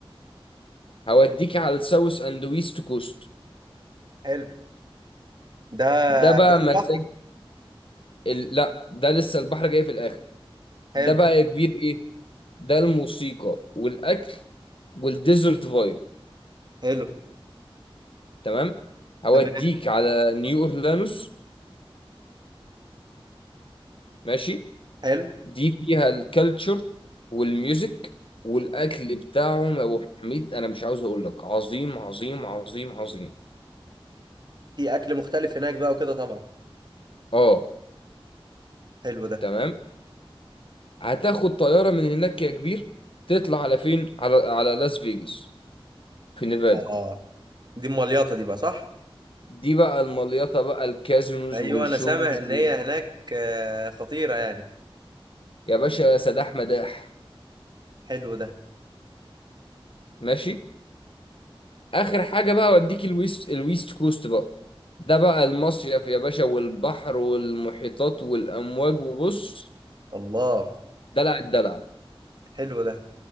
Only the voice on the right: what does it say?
حلو ده
ده في
بحر
حلو
حلو
تمام
حلو
في اكل مختلف هناك بقى وكده طبعا
حلو ده
اه دي المليطه دي بقى صح
ايوه
انا سامع ان هي
هناك آه، خطيره يعني
حلو ده
الله
حلو ده